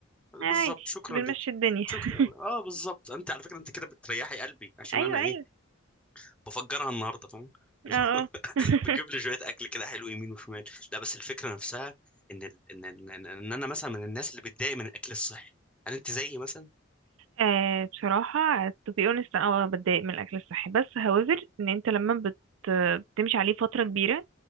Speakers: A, in the centre; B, on the right.
A: بالظبط
B: آه، عادي
A: شكرا
B: بنمشي
A: لك
B: الدنيا
A: شكرا
B: <laughs>
A: اه بالظبط انت على فكره انت كده بتريحي قلبي عشان
B: أيوه
A: انا
B: أيوه
A: ايه بفجرها النهارده فاهم <laughs>
B: اه اه <laughs>
A: بجيب لي شويه اكل كده حلو يمين وشمال لا بس الفكره نفسها ان ال... ان ان ان إن انا مثلا من الناس اللي بتضايق من الاكل الصحي هل انت زيي مثلا
B: آه بصراحة to be honest أنا أه بتضايق من الأكل الصحي بس هوزر إن أنت لما بت... بتمشي عليه فترة كبيرة